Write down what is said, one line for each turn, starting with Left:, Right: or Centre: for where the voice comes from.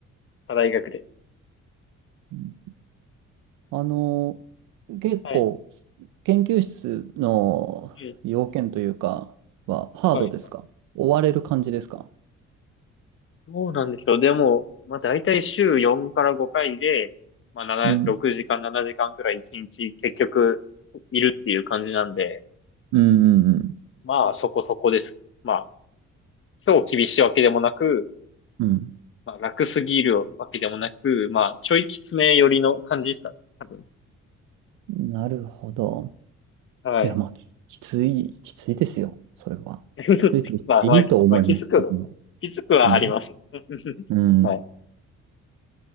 Left: 他大学で。
Right: ん。あの、結構、
Left: はい。
Right: 研究室の要件というかは、
Left: はい。
Right: ハードですか追われる感じですか
Left: はい。どうなんでしょうでも、まあ、大体週4から5回で、まあ、7、
Right: うん。
Left: 6時間、7時間くらい1日結局いるっていう感じなんで、
Right: うんうんうん。
Left: まあ、そこそこです。まあ、超厳しいわけでもなく、
Right: うん
Left: まあ、楽すぎるわけでもなく、まあ、ちょいきつめ寄りの感じですかね。多分。
Right: なるほど。
Left: はい。
Right: いや、まあ、ききつい、きついですよ。それは。
Left: <laughs>
Right: きついと言っていいと思います、
Left: まあ、まあ、まあ、気づく、
Right: 自分は。
Left: 気づくはあります。
Right: うん。
Left: <laughs>
Right: うん。
Left: はい。